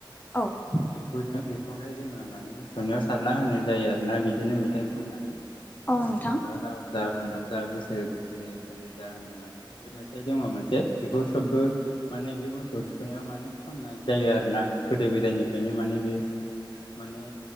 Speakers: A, on the left; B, on the left.
A: औ
B: बेखौजों बे। बेखौहाय जोङो माने मोसौनियाव सारना होनाय जायो आरोना बिदिनो मेथाइ खननानै।
A: औ नोंथां
B: जेनेबा लाव जा फान्थाव जा बोसोरै बोसोरै ओरै जा होननाय माने बे मे। फिथाइ दङ मोनसे बेखौ सोबबो माने बे मोसौ थुखैनायाव माने। खननाय जायो आरो ना गोदो गोदायनिफ्रायनो माने बे माने।